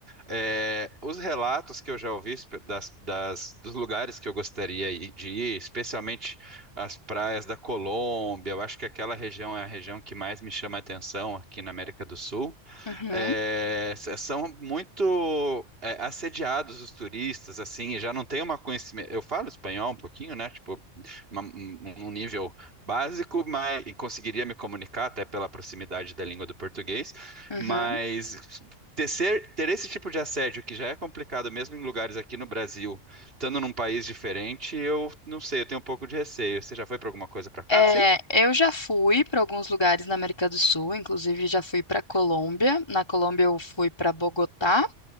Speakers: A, on the right; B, on the left.
A: É, os relatos que eu já ouvi espe- das, das- dos lugares que eu gostaria i- de ir, especialmente as praias da Colômbia, eu acho que aquela região é a região que mais me chama a atenção aqui na América do Sul
B: Uhum,
A: é, s- são muito é, assediados os turistas, assim, e já não tem uma conhecimento. Eu falo espanhol um pouquinho, né? Tipo, uma- um, um um nível básico, mas e conseguiria me comunicar até pela proximidade da língua do português,
B: uhum.
A: mas tecer- ter esse tipo de assédio que já é complicado mesmo em lugares aqui no Brasil, estando num país diferente, eu não sei, eu tenho um pouco de receio. Você já foi para alguma coisa para cá,
B: É,
A: sim?
B: eu já fui para alguns lugares na América do Sul, inclusive já fui para Colômbia. Na Colômbia eu fui para Bogotá